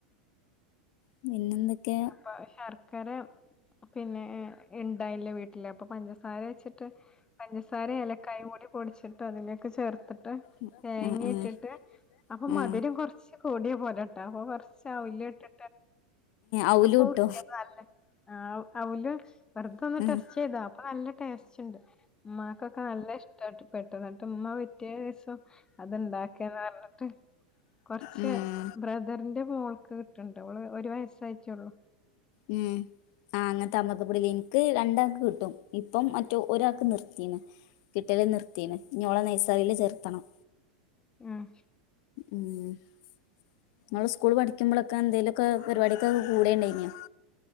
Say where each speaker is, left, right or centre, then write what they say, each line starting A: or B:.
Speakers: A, on the left; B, on the left.
A: പിന്നെ എന്തൊക്കെ.
B: പ്പൊ ശർക്കര പിന്നെ. ഇണ്ടായില്ല വീട്ടില് അപ്പൊ പഞ്ചസാര വെച്ചിട്ട് പഞ്ചസാര ഏലക്കായ കൂടി പൊടിച്ചിട്ട് അതിലേക്ക് ചേർത്ത് ട്ട്
A: അതും
B: തേങ്ങേട്ടിട്ട്
A: ഇട്ടിട്ട്
B: അപ്പം മധുരം കൊറച്ച് കൂടിയ പോലെണ്ടാവും അപ്പൊ കൊറച്ച് അവിലിട്ടിട്ട്
A: അവല്
B: അപ്പൊ
A: ഇട്ടിട്ട്
B: ഉരുട്ട്യാ <unintelligible> ആവു അവുല് വെറുതൊന്ന്
A: ഇടക്ക്
B: ടെസ്റ്റ് ചെയ്താ അപ്പൊ നല്ല ടേസ്റ്റ് ഉണ്ട് ഉമ്മാക്കൊക്കെ നല്ല ഇഷ്ട്ടപെട്ടു ഇന്നട്ട് ഉമ്മ പിറ്റെ ദിവസം അത്ണ്ടാക്ക്ന്ന് പറഞ്ഞിട്ട് കൊറച്ച്
A: ഉം
B: ബ്ര ബ്രദറിന്റെ മോൾക്ക് കിട്ടണ്ട് അവള് ഒരു വയസ്സായിട്ടൂള്ളു
A: ഉം ആഹ് അങ്ങൻത്തെ അമൃതംപ്പൊടി എനിക്ക് രണ്ടാക്ക് കിട്ടും ഇപ്പം മറ്റ് ഒരാക് ഇപ്പം നിർത്തീണ് കിട്ടല് നിർത്തീണ് ഇഞ്ഞി ഓളെ നൈസറില് ചേർത്തണം
B: ആഹ്
A: ഉം ഇങ്ങള് സ്കൂൾ പഠിക്കുമ്പളക്കെ എന്തേലുവൊക്കെ പരിപാടിയൊക്കെ കൂടെണ്ടേനിയോ